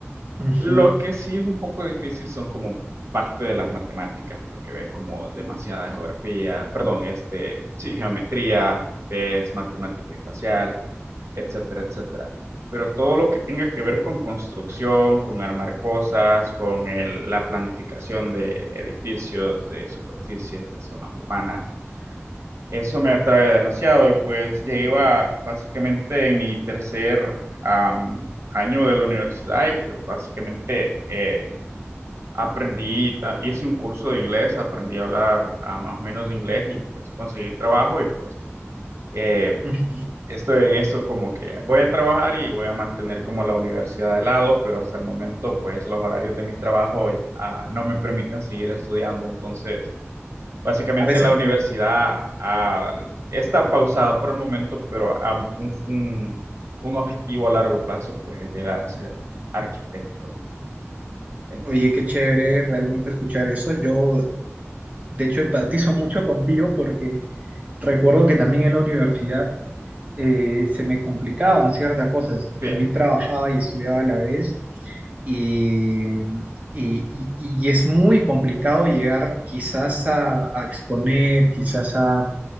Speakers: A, on the right; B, on the right.
A: Ujú,
B: Lo que sí es un poco difícil son como parte de las matemáticas, porque ves como demasiada geografía, perdón, este, sí, geometría, ves matemática espacial etcétera, etcétera. Pero todo lo que tenga que ver con construcción, con armar cosas, con el- la planificación de edificios, de superficies, de zonas urbanas, eso me atrae demasiado y pues ya iba básicamente en mi tercer am, año de la universidad y pues básicamente eh, aprendí, ta- hice un curso de inglés, aprendí a hablar ah, más o menos inglés y pues conseguí trabajo y pues... eh,
A: ujú.
B: Estoy en eso como que voy a trabajar y voy a mantener como la universidad de lado, pero hasta el momento pues los horarios de mi trabajo ah, no me permiten seguir estudiando. Entonces, básicamente
A: A veces,
B: la universidad ah, está pausada por el momento, pero ah, un, un- un objetivo a largo plazo pues es llegar a ser arquitecto. Entonces,
A: oye, qué chévere realmente escuchar eso. Yo, de hecho, empatizo mucho contigo porque recuerdo que también en la universidad eh, se me complicaban ciertas cosas.
B: sí,
A: También trabajaba y estudiaba a la vez y, y- y- y es muy complicado llegar quizás a, a exponer, quizás a,